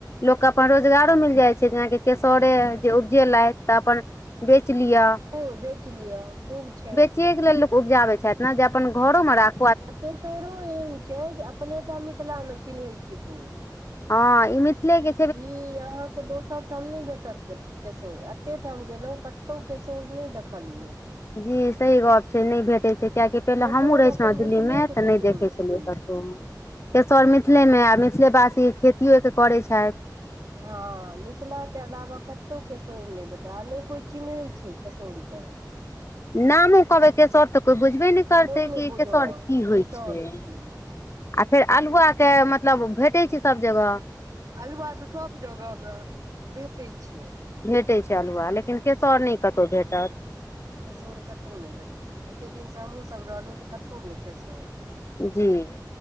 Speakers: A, on the left; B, on the right.
A: लोकके अपन रोजगारो मिल जाइ छै जेनाकि केसौरे जे उपजेलथि तऽ अपन बेच लिय।
B: खूब बेच लिय खूब छै।
A: बेचिये के लेल लोक उपजाबे छथि ने जे अपन घरो में राख
B: आ केशोरो एहन छै जे अपनेटा मिथिलामे चिन्है छै कोइ
A: हँ ई मिथिले के
B: ई अहाँके दोसर ठाम नहि भेटत केशोर एते ठाम गेलु कतौ केशोर नै देखलियै।
A: जी सही गप छै नहि भेटै छै। किएकि पहिले
B: केसौर
A: हमहूँ रहै
B: अपन
A: छलु है दिल्लीमे
B: मिथिलेके
A: तऽ
B: केसौर
A: नहि देखै छलियै
B: छी
A: कतौ केशोर मिथिलेमे आ मिथिले वासी खेतियो एकर करै छथि।
B: हँ मिथिला के अलावा कतौ केशोर नहि भेटत नहि कोइ चिन्है छै केशौर के
A: नामे कहबै केशोर तऽ कोई बुझबे ने करते
B: कोइ नहि
A: कि
B: बुझत
A: केशोर की होइ
B: केसौर
A: छै
B: छी
A: आ फेर अल्हुआ के मतलब भेटै छै सभ जगह
B: अल्हुआ तऽ सब जगह में भेटै छै।
A: भेटै छै अल्हुआ लेकिन केशोर नहि कतौ भेटत।
B: केशोर कतौ नै भेटल एते दिनसँ हमहु सब रहलहुँ तऽ कतौ नहि केशोर
A: जी